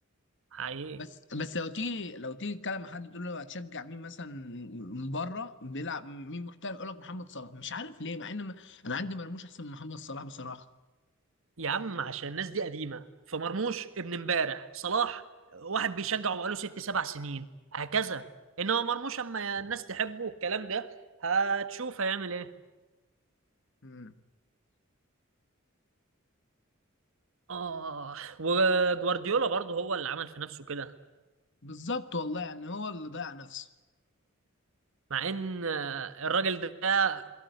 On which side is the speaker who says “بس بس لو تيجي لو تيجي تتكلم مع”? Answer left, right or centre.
Left